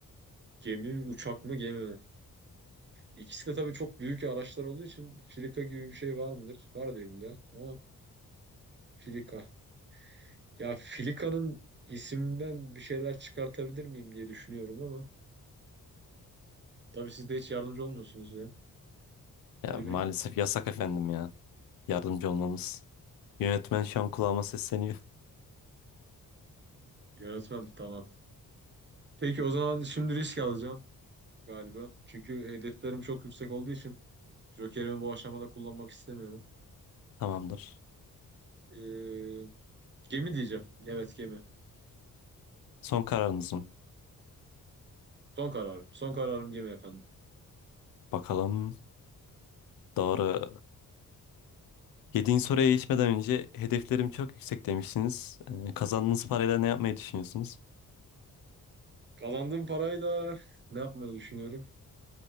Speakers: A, on the right; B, on the left.
A: Gemi mi, uçak mı gemi mi? İkisi de tabii çok büyük araçlar olduğu için filika gibi bir şey var mıdır? Var değil illa ama filika. Ya filikanın isimden bir şeyler çıkartabilir miyim diye düşünüyorum ama tabii siz de hiç yardımcı olmuyorsunuz ya.
B: Ya
A: Ali
B: maalesef
A: Bey.
B: yasak efendim ya. Yardımcı olmamız. Yönetmen şu an kulağıma sesleniyor.
A: Yönetmen tamam. Peki o zaman şimdi risk alacağım galiba. Çünkü hedeflerim çok yüksek olduğu için Joker'imi bu aşamada kullanmak istemiyorum.
B: <laughs> Tamamdır.
A: Ee, gemi diyeceğim. Evet gemi.
B: Son kararınız mı?
A: Son kararım. Son kararım gemi efendim.
B: Bakalım. Doğru. Yediğin soruya geçmeden önce hedeflerim çok yüksek demişsiniz. Ee, kazandığınız parayla ne yapmayı düşünüyorsunuz?
A: Kazandığım parayla ne yapmayı düşünüyorum?